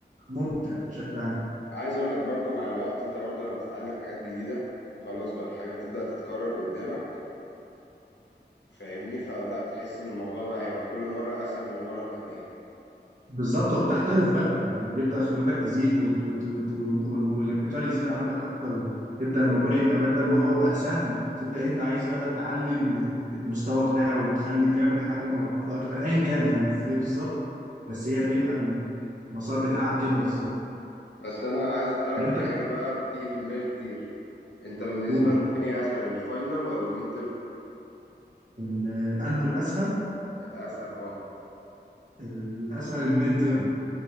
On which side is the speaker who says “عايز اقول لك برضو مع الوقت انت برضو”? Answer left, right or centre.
Left